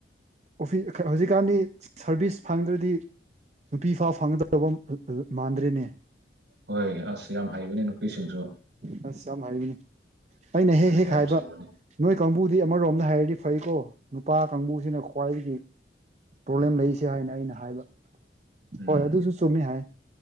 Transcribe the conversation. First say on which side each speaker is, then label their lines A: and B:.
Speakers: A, on the right (about 40°); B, on the right (about 70°).
A: ꯑꯣꯐꯤ ꯈꯥ ꯍꯧꯖꯤꯛꯀꯥꯟꯗꯤ ꯁꯥꯔꯚꯤꯁ ꯐꯪꯗ꯭ꯔꯗꯤ ꯅꯨꯄꯤ ꯐꯥꯎ ꯐꯪꯒꯗꯕ ꯃꯥꯟꯗ꯭ꯔꯦꯅꯦ
B: ꯍꯣꯏ ꯑꯁ ꯌꯥꯝ ꯍꯩꯕꯅꯦ ꯅꯨꯄꯤꯁꯤꯡꯁꯨ
A: ꯑꯁ ꯌꯥꯝ ꯍꯩꯕꯅꯤ ꯑꯩꯅ ꯍꯦꯛ ꯍꯦꯛ
B: ꯌꯥꯝ
A: ꯍꯥꯏꯕ
B: ꯁꯤꯡꯕꯅꯦ
A: ꯅꯣꯏ ꯀꯥꯡꯕꯨꯗꯤ ꯑꯃꯔꯣꯝꯗ ꯍꯥꯏꯔꯗꯤ ꯐꯩꯀꯣ ꯅꯨꯄꯥ ꯀꯥꯡꯕꯨꯁꯤꯅ ꯈ꯭ꯋꯥꯏꯗꯒꯤ ꯄ꯭ꯔꯣꯕ꯭ꯂꯦꯝ ꯂꯩꯔꯤꯁꯦ ꯍꯥꯏꯅ ꯑꯩꯅ ꯍꯥꯏꯕ
B: ꯎꯝ
A: ꯍꯣꯏ ꯑꯗꯨꯁꯨ ꯆꯨꯝꯃꯦ ꯍꯥꯏ